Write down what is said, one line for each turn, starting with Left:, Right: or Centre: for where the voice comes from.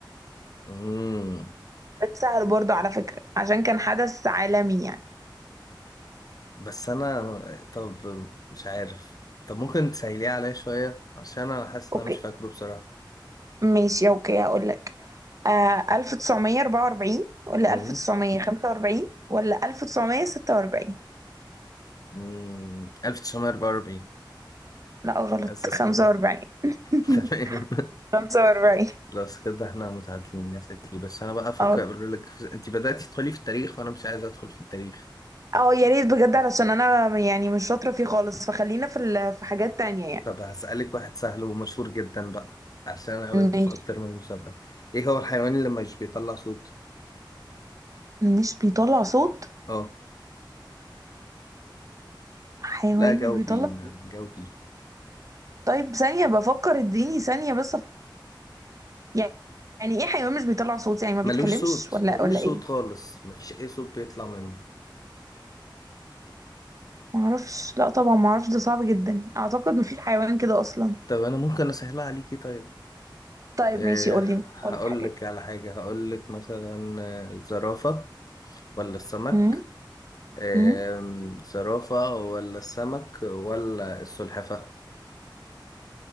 Left: امم
Right: ده سهل برضو على فكرة عشان كان حدث عالمي يعني
Left: بس انا طب مش عارف طب ممكن تسهليه عليا شوية عشان انا حاسس
Right: اوكي
Left: ان انا مش فاكره بصراحة
Right: ماشي اوكي هقول لك آه 1944 ولا
Left: امم
Right: 1945 ولا 1946
Left: أمم، 1944
Right: لا غلط
Left: حاسس
Right: 45
Left: كده
Right: <laughs>
Left: تمام
Right: 45
Left: خلاص كده احنا متعادلين يا ستي بس انا بقى افكر
Right: اه
Left: اقول لك انت بدأتي تدخلي في التاريخ وانا مش عايز ادخل في التاريخ
Right: اه يا ريت بجد علشان انا يعني مش شاطرة فيه خالص فخلينا في ال... في حاجات تانية يعني
Left: طب هسألك واحد سهل ومشهور جدا بقى عشان انا قابلته
Right: ماشي
Left: في اكتر من مسابقة ايه هو الحيوان اللي مش بيطلع صوت
Right: مش بيطلع صوت
Left: اه
Right: حيوان
Left: لا جاوبي
Right: مش بيطلع
Left: ما
Right: صوت
Left: جاوبي
Right: طيب ثانية بفكر اديني ثانية بس أفكر. يعني يعني ايه حيوان مش بيطلع صوت يعني ما بيتكلمش
Left: ملوش صوت
Right: ولا
Left: ملوش
Right: ولا ايه
Left: صوت خالص مفيش اي صوت بيطلع منه
Right: معرفش لا طبعا معرفش ده صعب جدا اعتقد مفيش حيوان كده اصلا
Left: طب انا ممكن اسهلها عليكي طيب
Right: طيب
Left: إيه
Right: ماشي قولي
Left: هقول
Right: قولي حاجات
Left: لك على حاجة هقول لك مثلا آه، الزرافة ولا السمك
Right: امم
Left: آم،
Right: امم
Left: زرافة ولا السمك ولا السلحفة